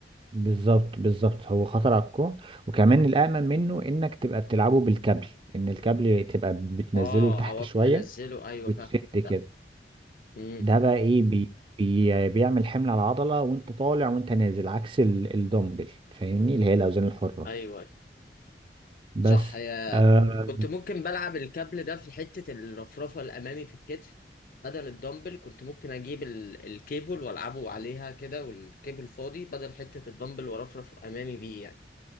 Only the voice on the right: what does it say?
بالظبط بالظبط هو خطر على الكوع وكمان الامن منه انك تبقى بتلعبه بالكابل ان الكابل تبقى بتنزله
لتحت
شويه
وبتشد
كده
ده بقى ايه بي بي بيعمل حمل على العضلة وانت طالع وانت نازل عكس ال- الدمبل فاهمني اللي هي الاوزان الحرة
بس
آه